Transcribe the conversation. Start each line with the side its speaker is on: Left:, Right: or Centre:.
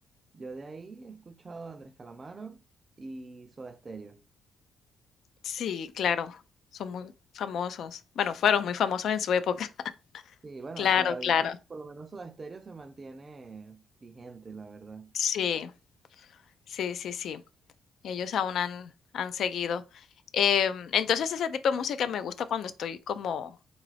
Right: yo de ahí he escuchado a Andrés Calamaro y Soda Stereo.
Left: Sí, claro, son muy famosos. Bueno, fueron muy famosos en su época. <laughs>
Right: Sí, bueno,
Left: Claro,
Right: todavía,
Left: claro.
Right: por lo menos Soda Stereo se mantiene vigente, la verdad.
Left: Sí. Sí, sí, sí. Ellos aún han, han seguido. Em, entonces ese tipo de música me gusta cuando estoy como,